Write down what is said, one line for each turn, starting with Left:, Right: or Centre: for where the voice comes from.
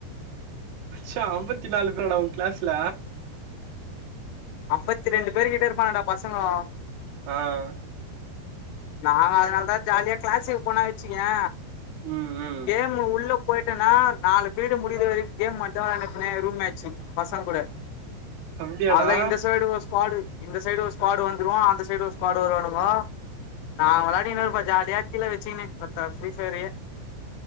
Right: மச்சா அம்பத்திநாலு பேராடா உ கிளாஸ்ல?
Left: அம்பத்தி ரண்டு பேரு கிட்ட இருப்பானுங்கடா பசங்கோ.
Right: அ.
Left: நாங்க அதுனால்தா ஜாலியா கிளாஸுக்கு போனா வெச்சுக்கியே
Right: ம் ம்.
Left: கேமு உள்ள போயிட்டனா நாலு பீரிடு முடிற வரிக் கேம் மட்டுதா வெளாண்னுறுப்பனே ரூம் மேச்சு. பசங்கூட
Right: அப்டியாடா
Left: அவ்ள்தா இந்த சைடு ஒர் ஸ்க்வாடு இந்த சைடு ஒரு ஸ்க்வாடு வந்துருவா அந்த சைடு ஒரு ஸ்க்வாடு வருவானுங்கோ. நா வெளாடிகினு இருப்பே ஜாலியா கீழ வெச்சிகுனு தத்தா ஃப்ரீஃபையரியே